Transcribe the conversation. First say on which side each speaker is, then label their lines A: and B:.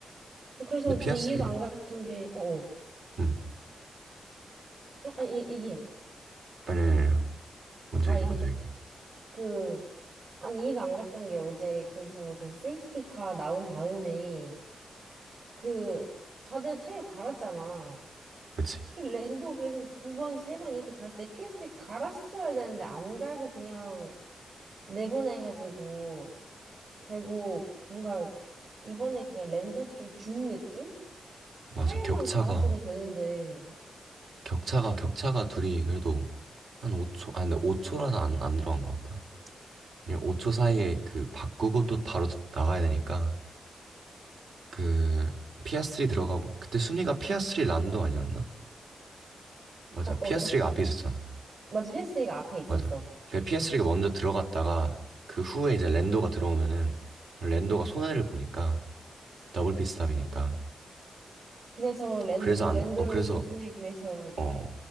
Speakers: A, on the right (about 60°); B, on the right (about 80°).
A: 그래서
B: 근데
A: 이제
B: 피아스리,
A: 이해가 안 갔던 게, 어, 어,
B: 응,
A: 어, 아, 얘- 얘기해.
B: 아니, 아니, 아니. 먼저
A: 아,
B: 얘기,
A: 얘기해.
B: 먼저 얘기.
A: 그, 아니, 이해가 안 갔던 게 어제, 그래서 그 세이프티카 나온 다음에, 그, 다들 타이어 갈았잖아.
B: 그치.
A: 그 랜도 그래서 두 번, 세 번 이렇게 갈 때 PS를 갈았어야 되는데 안 갈고 그냥 내보내가지고, 결국 뭔가 이번에 그냥 랜도한테 좀 준 느낌?
B: 맞아.
A: 타이어만
B: 격차가,
A: 갈았어도 되는데,
B: 격차가, 격차가 둘이 그래도 한 5초, 아니, 근데 5초라서 안, 안 들어간 것 같다. 그냥 5초 사이에 그 바꾸고 또 바로 나가야 되니까 그 피아스리 들어가고 그때 순위가 피아스리 란도 아니었나? 맞아.
A: 어, 어떡,
B: 피스 s 리가 앞에 있었잖아.
A: 맞아, PS3가 앞에 있었어.
B: 맞아. 그러니까 스 s 리가 먼저 들어갔다가 그 후에 이제 랜도가 들어오면은 랜도가 손해를 보니까 더블 피스탑이니까
A: 그래서 랜,
B: 그래서 안,
A: 랜도를
B: 어, 그래서
A: 우선순위하기 위해서, <laughs>
B: 어,